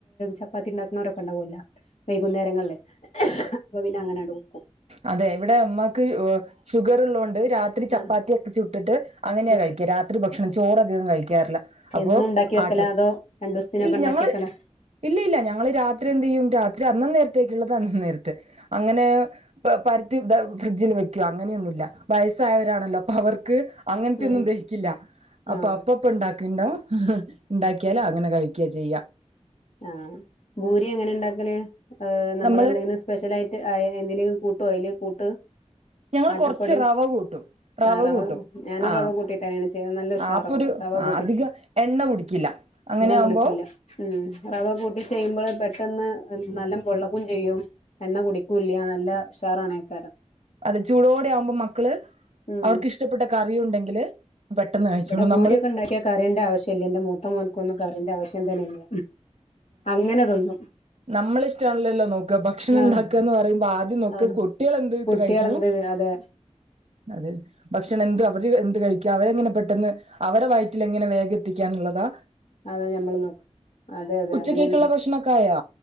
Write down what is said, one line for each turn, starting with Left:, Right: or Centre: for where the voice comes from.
Left: ചപ്പാത്തി ഉണ്ടാക്കുന്നവരൊക്കെ ഉണ്ടാാവല്ല വൈകുന്നേരങ്ങളില് അപ്പോപിന്നെ അങ്ങനെങ് <unintelligible>
Right: അതെ ഇവിടെ അമ്മക്ക് ഷുഗർ ഉള്ളണ്ട് രാത്രി ചപ്പാത്തിയ
Left: ആ
Right: ഒക്കെ ചുട്ടിട്ട് അങ്ങനെയാ
Left: ആ
Right: കഴിക്കുക രാത്രി ഭക്ഷണം ചോറധികം കഴിക്കു ിക്കാറില്ല അപ്പോ
Left: എന്നും ഉണ്ടാക്കി വെക്കല
Right: ആട്ട
Left: അതോ രണ്ടു ദിവസത്തിനൊക്കെ
Right: ഇല്ല
Left: ഉണ്ടാക്കി
Right: ഞങ്ങള്
Left: വെക്കല
Right: ഇല്ല ഇല്ല ഞങ്ങള് രാത്രി എന്ത് ചെയ്യും രാത്രി അന്നം നേരത്തേക്ക് ഉള്ളത് നേരത്തെ അങ്ങനെ പരത്തി ഫ്രിഡ്ജിൽ വെക്കു അങ്ങനെയൊന്നുല്ല. വയസായവരാണല്ലോ അപ്പൊ അവർക്ക് അങ്ങനത്തെെയൊന്നും
Left: ആ
Right: ദഹിക്കില്ല
Left: ആ
Right: അപ്പൊ
Left: ആ
Right: അപ്പപ്പ ഉണ്ടാക്കിണ്ടോ ഉണ്ടാക്കിയാല അങ്ങനെ കഴിക്കുക ചെയ്യും
Left: ആഹ ഭൂരി എങ്ങനെ ഉണ്ടാക്കല് ർ നമ്മളെന്തെങ്കിലും
Right: നമ്മള്
Left: സ്പെഷ്യൽ ആയിട്ട് എന്തെലെങ്കിലും കൂട്ടോ അയിൽ കൂട്ട്.
Right: ഞങ്ങള്
Left: ആട്ടപ്പൊടിയ
Right: കൊറച്ച് റവ കൂട്ടും
Left: ആ റവ
Right: കൂട്ടും
Left: ഞാനും
Right: ആഹ്
Left: റവ കൂട്ടിട്ട്ന്നെയാണ് ചെയ്തത് നല്ല ഉഷാറവും
Right: ആ അപ്പൊ ഒരു
Left: റവ ക
Right: അധികം എണ്ണ കുടിക്കില്ല അങ്ങനെയാകുമ്പോ.
Left: കുടിക്കൂല ഉം റവ കൂട്ടി ചെയ്യുമ്പോൾ പെ പെട്ടന്ന് നല്ല പൊള്ളകും ചെയ്യും എണ്ണ കുടിക്കുംല്ല നല്ല ഉഷാറാണ്ക്കാരം
Right: അതെ ചൂടോടെ ആവുമ്പോ മക്കള്
Left: ഉം
Right: അവർക്ക് ഇഷ്ടപ്പെട്ട കറി ഉണ്ടെങ്കില് പെട്ടെന്ന് കഴിച്ചോളും
Left: ഇവിടെ ഭൂരിയക്കെ
Right: നമ്മള്
Left: ഉണ്ടാക്കിയാ കറീന്റെ ആവശ്യം ഇല്ല ഇന്റെ മൂത്ത മോൻക്കൊന്നും കറിന്റെ ആവശ്യം തന്നെയില്ല. അങ്ങനെതിന്നും.
Right: നമ്മളിഷ്ട്ടല്ലല്ലോ നോക്ക ഭക്ഷണം
Left: ആഹ്
Right: ഇണ്ടാക്കാന്ന് പറയുമ്പോ ആദ്യം നോക്ക
Left: ആഹ്
Right: കുട്ടികളെന്ത്ട്ട്
Left: കുട്ടികളെന്ത്
Right: കഴിക്കും.
Left: അതെ
Right: അത് ഭക്ഷണം എന്ത് അവര് എന്ത് കഴിക്ക അവരെങ്ങനെ പെട്ടൊന്ന് അവരെ വയറ്റിൽ എങ്ങനെ വേഗം എത്തിക്കാന്ന്ള്ളതാ
Left: അതെ ഞമ്മള് നോക്ക അതെ അതെ അതെ
Right: ഉച്ചക്കേക്കുള്ള
Left: അങ്ങനെയാണ്
Right: ഭക്ഷണൊക്കെ ആയാ